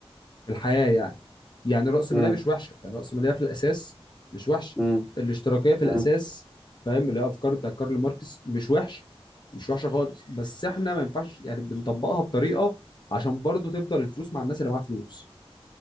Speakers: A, on the left; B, in the centre.
A: في الحياه يعني يعني راس ماليه
B: امم
A: مش وحشه يعني راس ماليه في الاساس مش وحشه
B: امم
A: الاشتراكيه في الاساس
B: امم
A: فاهم اللي هي افكار بتاع كارل ماركس مش وحشه مش وحشه خالص بس احنا ما ينفعش يعني بنطبقها بطريقه عشان برضو تفضل الفلوس مع الناس اللي معاها فلوس